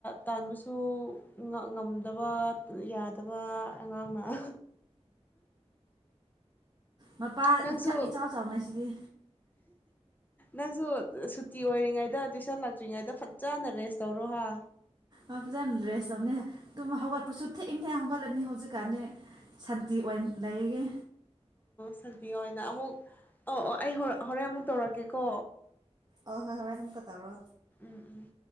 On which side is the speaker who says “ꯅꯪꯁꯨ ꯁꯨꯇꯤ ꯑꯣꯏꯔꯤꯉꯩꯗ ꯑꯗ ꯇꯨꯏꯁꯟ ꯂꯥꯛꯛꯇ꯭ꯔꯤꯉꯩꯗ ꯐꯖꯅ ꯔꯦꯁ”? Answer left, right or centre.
Left